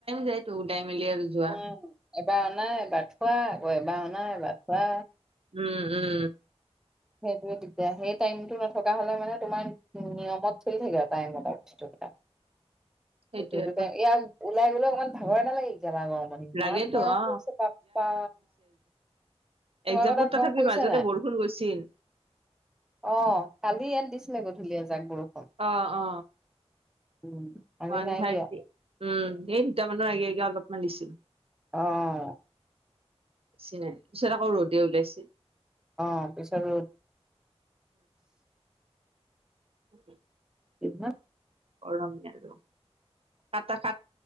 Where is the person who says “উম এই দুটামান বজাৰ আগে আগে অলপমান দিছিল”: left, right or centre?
Right